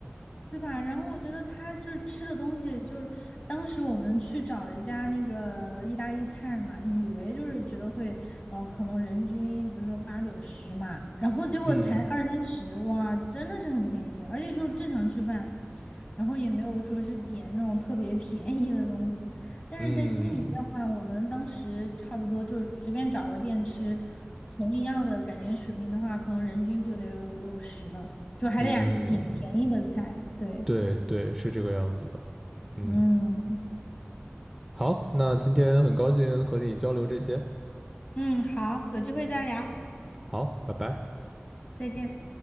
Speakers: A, on the left; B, in the centre.
A: 对吧？然后我觉得他就是吃的东西，就是当时我们去找了一家那个意大利菜嘛，以为就是觉得会，嗯、可能人均比如说八九十嘛，然后结果才二三十，
B: 嗯
A: 哇，真的是很便宜，而且就是正常吃饭，然后也没有说是点那种特别便宜的东西。但是在悉尼的话，
B: 嗯
A: 我们当时差不多就是随便找个店吃，同一样的感觉水平的话，可能人均就得五六十了。就还得呀点便宜的菜。
B: 嗯，
A: 对，
B: 对对，是这个样子的，嗯。
A: 嗯
B: 好，那今天很高兴和你交流这些。
A: 嗯，好，有机会再聊，
B: 好，拜拜。
A: 再见。